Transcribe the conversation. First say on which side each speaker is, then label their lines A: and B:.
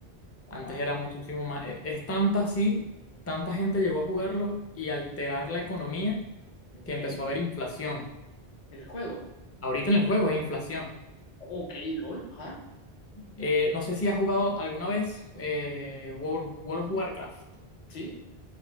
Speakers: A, on the left; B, on the left.
A: ajá,
B: Antes era muchísimo más... e- Es tanta así, tanta gente llegó a jugarlo y alterar la economía
A: ok.
B: que empezó a haber inflación.
A: El juego.
B: Ahorita en el juego hay inflación.
A: Ok, LOL, ajá,
B: Eh, no sé si has jugado alguna vez eh, World, World of Warcraft,
A: sí,